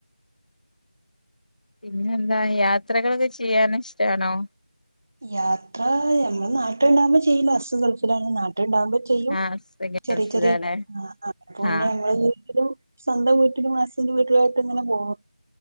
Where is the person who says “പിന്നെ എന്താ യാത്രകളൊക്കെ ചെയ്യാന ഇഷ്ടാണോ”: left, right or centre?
Left